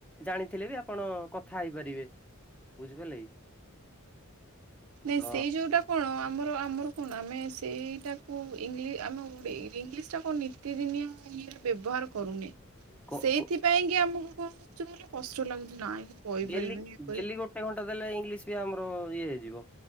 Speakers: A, in the centre; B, on the right (about 75°).
A: ଜାଣିଥିଲେ ବି ଆପଣ କଥା ହେଇ ପାରିବେ। ବୁଝିପାରିଲେ କି?
B: ନାଇଁ
A: ତ
B: ସେଇ ଯୋଉଟା କଣ ଆମର ଆମର କଣ ଆମେ ସେଇଟାକୁ ଇଂଲି ଆମେ ଗୋଟେ ଇଂଲିଶ ଟାକୁ <unintelligible> ନିତିଦିନିଆ ଇଏ ବ୍ୟବହାର କରୁନେ।
A: କ
B: ସେଇଥିପାଇଁ
A: କ
B: କି ଆମକୁ କଣ ହଉଛି କହିଲ କଷ୍ଟ ଲାଗୁଛି। ନାଇଁ କହିପାରିବିନି
A: ଡେଲି
B: ଇଏ କରି
A: ଡେଲି ଗୋଟେ ଘଣ୍ଟା ଦେଲେ ଇଂଲିଶ ବି ଆମର ଇଏ ହେଇଯିବ।